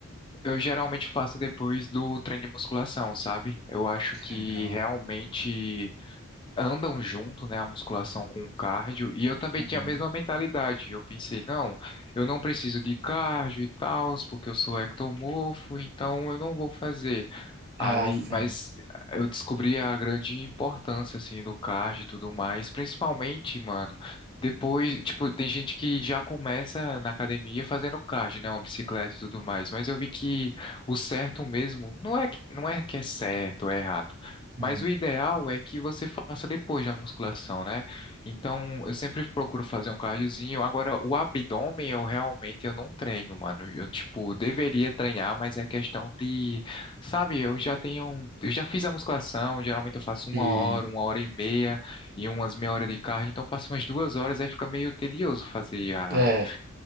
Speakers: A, on the left (about 25°); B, on the right (about 50°).
A: Eu geralmente faço depois do treino de musculação, sabe? Eu acho que
B: Legal.
A: realmente andam junto, né, a musculação com o cardio. E eu também
B: Uhum.
A: tinha a mesma mentalidade. Eu pensei, não, eu não preciso de cardio e tal, porque eu sou ectomorfo, então eu não vou fazer.
B: Ah,
A: Aí,
B: sim.
A: mas eh, eu descobri a grande importância, assim, do card e tudo mais, principalmente, mano, depois, tipo, tem gente que já começa na academia fazendo card, né, uma bicicleta e tudo mais, mas eu vi que o certo mesmo, não é que, não é que é certo ou é errado, mas
B: Hum.
A: o ideal é que você faça depois da musculação, né? Então, eu sempre procuro fazer um cardiozinho, agora, o abdômen eu realmente eu não treino, mano, eu, tipo, deveria treinar, mas é questão de Sabe, eu já tenho, um, eu já fiz a musculação, geralmente eu faço uma
B: E,
A: hora, uma hora e meia e umas meia hora de cardio, então passo umas duas horas, aí fica meio tedioso fazer a,
B: é,